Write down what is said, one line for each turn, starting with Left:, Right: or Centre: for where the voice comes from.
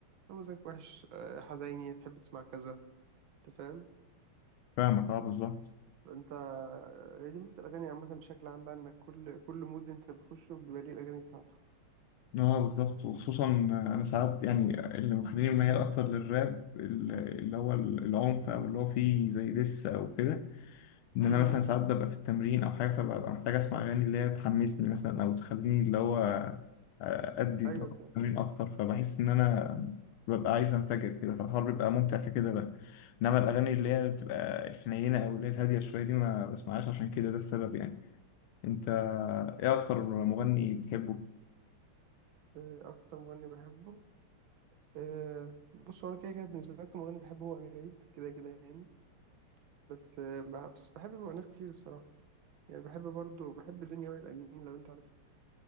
Right: مزاجك وحش آه، حزيني تحب تسمع كذا انت فاهم
Left: فاهمك اه بالظبط
Right: فانت آه، هي دي مثل الاغاني عامه بشكل عام بقى انك كل كل مود انت بتخشه بيبقى ليه الاغاني بتاعته
Left: اه بالظبط وخصوصا انا ساعات يعني اللي مخليني ميال اكتر للراب ال- اللي هو ال- العنف او اللي هو فيه زي دس او كده ان انا
Right: امم
Left: مثلا ساعات ببقى في التمرين او حاجه فببقى محتاج اسمع اغاني اللي هي تحمسني مثلا او تخليني اللي هو ادي
Right: ايوه
Left: طاقة التمرين
Right: فاهم
Left: اكتر فبحس ان انا ببقى عايز انفجر كده فالحوار بيبقى ممتع في كده بقى انما الاغاني اللي هي بتبقى الحنينه او اللي هي الهاديه شويه دي ما بسمعهاش عشان كده ده السبب يعني انت ايه اكتر مغني بتحبه؟
Right: آه، اكتر مغني بحبه آه، بص هو انا كده كده بالنسبه لي اكتر مغني بحبه هو امير عيد كده كده يعني بس آه، بح- بس بحب م- ناس كتير الصراحه يعني بحب برضو بحب دنيا وائل امين لو انت عارفها